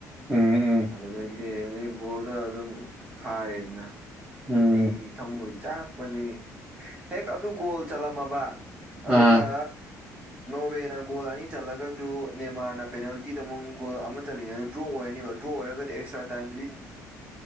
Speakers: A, in the centre; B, on the right.
A: ꯎꯝ ꯎꯝ
B: ꯑꯗꯨꯗꯒꯤ ꯑꯗꯨꯗꯤ ꯕꯣꯜꯗ ꯑꯗꯨꯝ ꯐꯥꯔꯦꯗꯅ
A: ꯎꯝ
B: ꯑꯩ ꯊꯃꯣꯏ ꯆꯥꯛꯄꯁꯦ ꯍꯦꯛ ꯑꯗꯨ ꯒꯣꯜ ꯆꯠꯂꯝꯃꯕ ꯑꯗꯨꯒ
A: ꯑꯥ
B: ꯅꯣꯔꯋꯦꯅ ꯒꯣꯜ ꯑꯅꯤ ꯆꯜꯂꯒꯁꯨ ꯅꯦꯃꯥꯔꯅ ꯄꯦꯅꯥꯜꯇꯤꯗ ꯑꯃꯨꯛ ꯒꯣꯜ ꯑꯃ ꯆꯅꯦ ꯑꯗꯨ ꯗ꯭ꯔꯣ ꯑꯣꯏꯔꯅꯦꯕ ꯗ꯭ꯔꯣ ꯑꯣꯏꯔꯒꯗꯤ ꯑꯦꯛꯁꯇ꯭ꯔꯥ ꯇꯥꯏꯝꯗꯨꯗꯤ